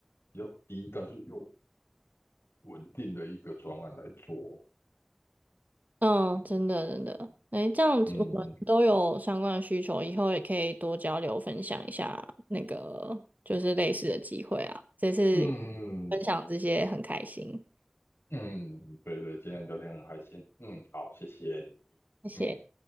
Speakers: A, on the left (about 80°); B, on the right (about 40°).
A: 比较低，但是又稳定的一个专案来做。
B: 嗯，真的真的，哎，这样子我们都有相关的需求，
A: 嗯
B: 以后也可以多交流分享一下那个就是类似的机会啊。这次
A: 嗯嗯
B: 分享这些很开心，
A: 嗯，对对，今天聊天很开心。嗯，好，谢谢你。
B: 谢谢。
A: 嗯。